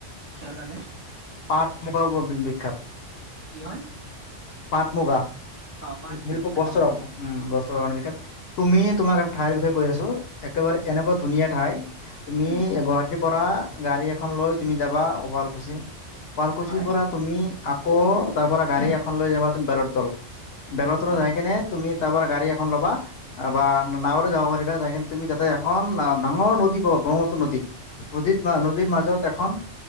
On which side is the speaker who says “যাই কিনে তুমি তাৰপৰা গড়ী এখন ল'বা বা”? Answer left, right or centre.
Left